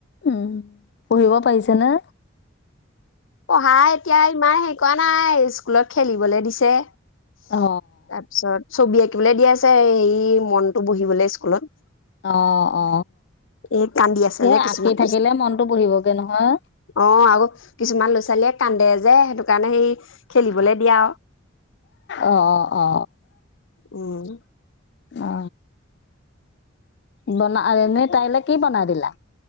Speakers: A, on the left (about 55°); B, on the left (about 70°).
A: উম পঢ়িব পাৰিছে নে
B: পঢ়া এতিয়া ইমান হে কৰাৱা নাই স্কুলত খেলিবলে দিছে তাৰপিছত
A: অ
B: ছবি আকি শিকিবলৈ দিয়া আছে হে মনতটো বজিবলে স্কুলত
A: অ অ
B: এই কান্দি আছে
A: এ
B: যে কিছুমান
A: আঁকি থাকিলে মনটো বহিবগে নহয়
B: অ আ কিছুমান ল'ৰা ছোৱালী কান্দে যে সেইটো কাৰণে সেই খেলিবলে দিয়া
A: অ অ অ
B: উম
A: অ বনা এনেই তাইলৈ কি বনাই দিলা